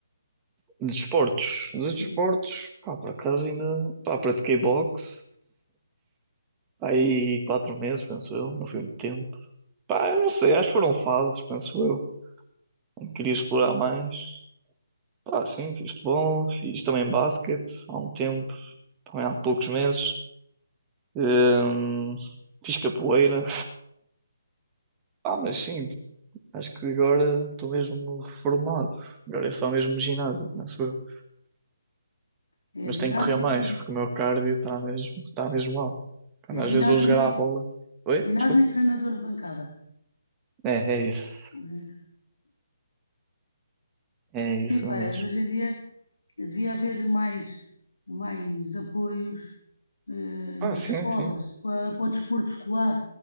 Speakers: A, on the right (about 15°); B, on the left (about 65°).
A: De desportos, de desportos,
B: Sim,
A: pá, por acaso ainda, pá, pratiquei boxe, pá, aí quatro meses, penso eu, não foi muito tempo. Pá, eu não sei, acho que foram fases, penso eu, em que queria explorar mais. Pá, sim, fiz futebol, fiz também basquete há um tempo, também há poucos meses. Hum, fiz capoeira, ah mas sim, acho que agora estou mesmo reformado, agora é só mesmo ginásio, penso eu.
B: é
A: Mas
B: ginásio
A: tenho que correr mais,
B: e,
A: porque o meu cardio está mesmo, está mesmo mal. Quando
B: é
A: às
B: ginásio
A: vezes vou jogar
B: e,
A: à bola. Oi?
B: ginásio
A: Desculpa.
B: e treinador de bancada.
A: É, é isso.
B: né?
A: É isso
B: Sim, pá,
A: mesmo.
B: mas hoje em dia. Devia haver mais, mais apoios eh,
A: Ah,
B: nas
A: sim,
B: escolas,
A: sim.
B: para, para o desporto escolar.